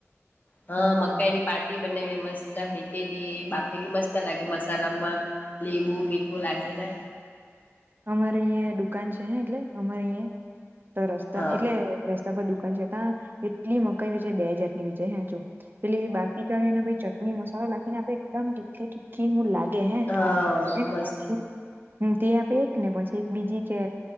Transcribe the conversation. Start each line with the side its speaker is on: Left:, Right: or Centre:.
Left: હ
Right: હમ
Left: મકાઈ ની પાટી બને મસ્ત હે કેલી બાફેલી મસ્ત લાગે મસાલામાં લીંબુ મીઠું લાગે ને
Right: અમારે અહીં દુકાન છે હે એટલે અમારે અહીં તો રસ્તા
Left: હા
Right: એટલે રસ્તા પર દુકાન છે કા એટલી મકાઈ વેચે બેહ જાતની વેચે હે જો પેલી બાકી કરી ને ભઈ ચટણી મસાલા નાખીને આપે એકદમ તીખી તીખી મુ હું લાગે કે હે
Left: હા
Right: હે
Left: મસ્ત
Right: આપી તે આપે એક ને પછી એક બીજી કે